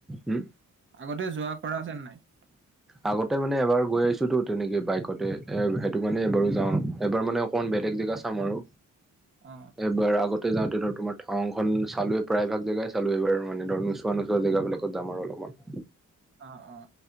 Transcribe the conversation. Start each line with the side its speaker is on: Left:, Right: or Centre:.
Centre: উম
Right: আগতে যোৱা কৰা আছে নে নাই?
Centre: আগতে মানে এবাৰ গৈ আহিছোতো তেনেকে বাইকতে এ, সেইটো কাৰণে এবাৰো যাওঁ। এবাৰ মানে অকমান বেলেগ জেগা চাম আৰু
Right: অ
Centre: এবাৰ আগত তে যাওঁতে ধৰ তোমাৰ টাৱাংখন চালোয়েই প্ৰায়ভাগ জেগাই চালো এবাৰ মানে ধৰ নোচোৱা - নোচোৱা জেগাবিলাকত যাম আৰু অলপমান।
Right: অ', অ'।